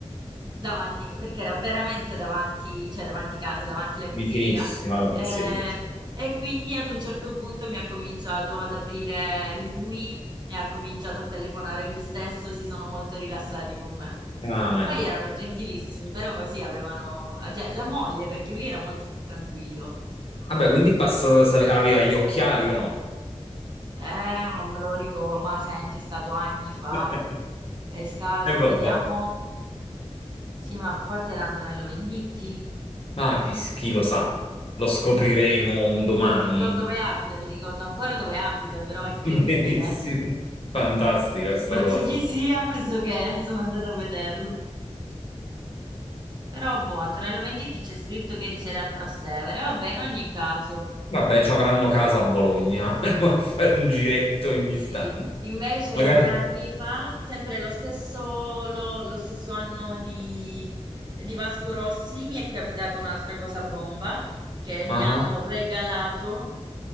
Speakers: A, on the right (about 40°); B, on the left (about 55°).
A: davanti, perché era veramente davanti, cioè davanti casa, davanti la pizzeria.
B: vicinissimo alla pizzeria.
A: Eh, e quindi ad un certo punto mi ha cominciato ad aprire lui, mi ha cominciato a telefonare lui stesso, si sono molto rilassati con me.
B: Ah, meno
A: Poi
B: male.
A: erano gentilissimi, però sì, avevano, cioè, la moglie, perché lui era molto più tranquillo.
B: Vabbè, quindi basta sapere, aveva gli occhiali o no?
A: Eh, non me lo ricordo, ma senti, è stato anni fa.
B: <laughs>
A: È stato,
B: E vabbè,
A: vediamo. Sì, ma forse era Antonello Venditti.
B: ma chi, chi lo sa, lo scopriremo un domani.
A: So dove abita, mi ricordo ancora dove abita, però
B: <laughs>
A: è incredibile.
B: Benissimo, fantastica sta
A: Non
B: cosa.
A: so chi sia, ma so che è, sono andata a vederlo. Però, boh, Antonello Venditti c'è scritto che risiede a Trastevere. Vabbè, in ogni caso.
B: Vabbè, ci avranno casa a Bologna, <laughs> a fare un giretto ogni
A: Sì,
B: tanto.
A: invece
B: Magari...
A: due anni fa, sempre lo stesso, lo, lo stesso anno di, di Vasco Rossi, mi è capitata un'altra cosa bomba che mi
B: Ah,
A: hanno
B: ah.
A: regalato